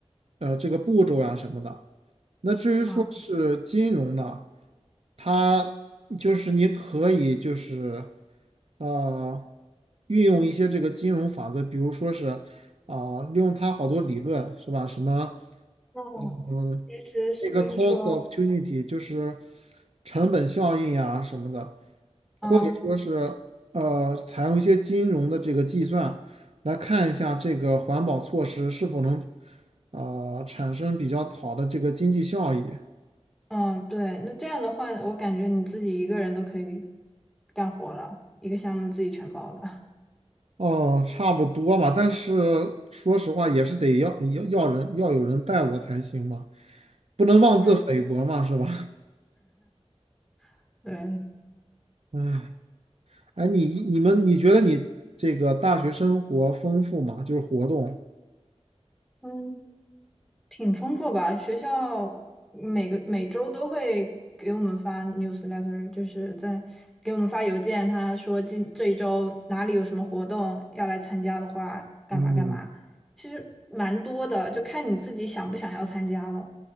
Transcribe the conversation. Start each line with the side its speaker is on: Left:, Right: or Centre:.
Right: 呃这个步骤呀、什么的。那至于说是金融呢，
Centre: 啊，
Right: 它就是你可以就是。呃，运用一些这个金融法则，比如说是啊、呃利用它好多理论是吧？什么
Centre: 那
Right: 嗯，
Centre: 其实是不是说，
Right: 那个 cost opportunity 就是成本效应呀什么的，
Centre: 嗯啊
Right: 或者说是呃，采用一些金融的这个计算来看一下这个环保措施是否能呃产生比较好的这个经济效益。
Centre: 嗯，对，那这样的话，我感觉你自己一个人都可以干活了，一个项目自己全包了。
Right: 哦，差不多吧，但是说实话，也是得要要要人要有人带我才行嘛，不能妄自菲薄嘛，
Centre: 嗯，
Right: 是吧？
Centre: <laughs> 对，
Right: <laughs> 哎，哎，你你们你觉得你这个大学生活丰富吗？就是活动，
Centre: 嗯，挺丰富吧？学校每个每周都会给我们发 newsletter，就是在给我们发邮件，他说今这一周哪里有什么活动要来参加的话，干嘛干嘛。
Right: 嗯
Centre: 其实蛮多的，就看你自己想不想要参加了。